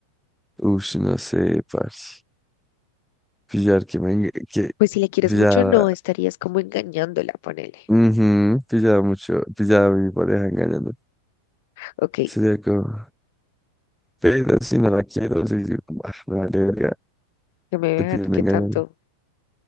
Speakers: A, in the centre; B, on the left (about 50°).
A: Ush, no sé, parce. Pillar que me enga- que
B: Pues si le quieres
A: pillar,
B: mucho, no estarías como engañándola, ponele.
A: mhm pillar mucho, pillar a mi pareja engañando.
B: Ok,
A: Sería como, pero si no la quiero, sí, yo como, ah, me vale verga,
B: que me vean
A: te pillan
B: qué
A: engañando.
B: tanto.